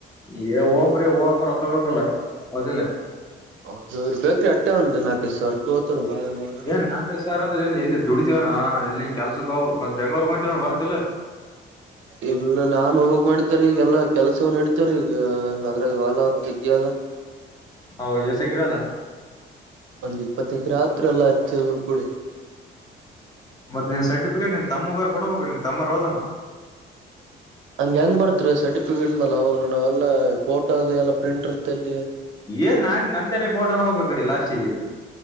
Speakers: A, on the left; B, on the right.
A: ಏ ಹೋಗ್ರಿ ಹೋಗಕೊಕ್ಕೊಬೇಕಲ್ಲ ಮೊದಲೆ
B: ಹೌದ ಬೇಕ್ರೀ ಅಟ್ಟೆ ಒಂದು ನಾಲ್ಕೈದು ಸಾವಿರ ರೂಪಾಯ ಹೋಯ್ತು ಬಾಳಲ್ಲ
A: ಏ ಸರ್ ಅ್ರ ಏ ಎಲ್ಲಿ ದುಡತಿವನಾ ಎಲ್ಲಿನ್ ಕೆಲ್ಸಕ್ಕೆ ಹೋಗ ಮತ್ತತ್ ಬೆಂಗಳೂರ್ಗ್ ಹೊಂಟ ನೋಡ್ ಬರ್ತಿಲ್ಲ
B: ಇಲ್ಲ ನಾನ್ ಹೋಗಕ್ ಮಾಡಿದ್ದೇ ರಿ ಈಗೆಲ್ಲಾ ಕೆಲಸ ಅವು ನಡಿತವೀ ರಿ ಆದ್ರಗ ಹೊಲ ಜಗ್ಗಿ ಆದ
A: ಹೌದಾ ಎಸ್ ಎಕರೆ ಅದ
B: ಒಂದ್ ಇಪ್ಪತ್ತ ಎಕರೆ ಆದ ಅಲ್ಲಾ ಹಚ್ಚದು ಕೂಡ
A: ಮತ್ತತ್ ನಿನ್ ಸರ್ಟಿಫಿಕೇಟ್ ನಿನ್ ರಿ ತಮ್ಮಗಾರ ಕೊಡ್ಬೇಕು ನಿನ್ ತಮ್ಮರು ಹೋದನು
B: ಹಂಗ ಹೆಂಗ್ ಬರ್ತ್ರಿ ಸರ್ಟಿಫಿಕೇಟ್ ಮೇಾಲ ಅವರುಾವ ಎಲ್ಲ ಫೋಟೋ ಎಲ್ಲ ಪ್ರಿಂಟರ್ಲ್ಲಿ
A: ಏನ್ ನಾನ್ ನಂದರಿ ಫೋಟಾನ ಹೋಗ ಕಡೆಡಿ ಲಾಸ್ಟ್ಗೆ